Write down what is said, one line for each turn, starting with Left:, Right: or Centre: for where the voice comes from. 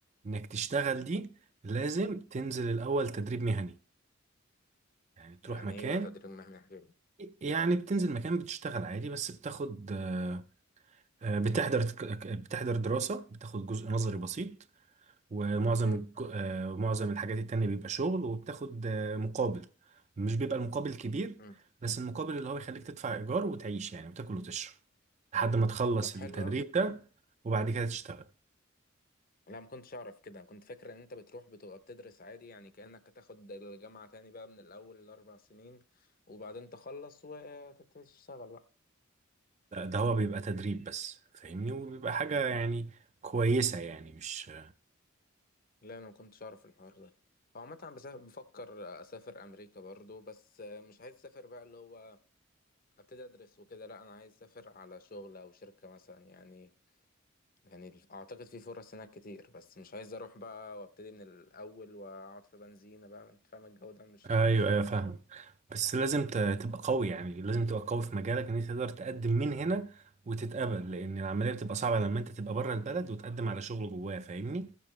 Right: انك تشتغل دي لازم تنزل الاول تدريب مهني يعني
Left: يعني
Right: تروح مكان
Left: ايه بقى تدريب مهني غيري
Right: يعني بتنزل مكان بتشتغل عادي بس بتاخد آه، آه، بتحضر تك- بتحضر دراسة بتاخد جزء نظري بسيط ومعظم
Left: <laughs> امم
Right: الج- آه، ومعظم الحاجات التانية بيبقى شغل وبتاخد آه، مقابل مش بيبقى المقابل كبير
Left: امم
Right: بس المقابل اللي هو يخليك تدفع إيجار وتعيش يعني وتاكل وتشرب لحد ما تخلص
Left: طب حلو
Right: التدريب
Left: قوي
Right: ده وبعد كده تشتغل
Left: لا ما كنتش اعرف كده كنت فاكر ان انت بتروح بتبقى بتدرس عادي يعني كأنك هتاخد الجامعة تاني بقى من الاول الاربع سنين وبعدين تخلص وتبتدي تشتغل بقى
Right: لا، ده هو بيبقى تدريب بس فاهمني وبيبقى حاجة يعني كويسة يعني مش
Left: لا انا ما كنتش اعرف الحوار ده هو عامة أنا بس- بفكر اسافر امريكا برضو بس مش عايز اسافر بقى اللي هو ابتدي ادرس وكده لا انا عايز اسافر على شغل او شركة مثلا يعني يعني الف- اعتقد في فرص هناك كتير بس مش عايز اروح بقى وابتدي من الاول واقعد في بنزينة بقى انت فاهم الجو ده مش حابه
Right: ايوه
Left: خالص
Right: ايوه فاهم بس لازم ت- تبقى قوي يعني لازم تبقى قوي في مجالك ان انت تقدر تقدم من هنا وتتقبل لان العملية بتبقى صعبة لما انت تبقى بره البلد وتقدم على شغل جواه فاهمني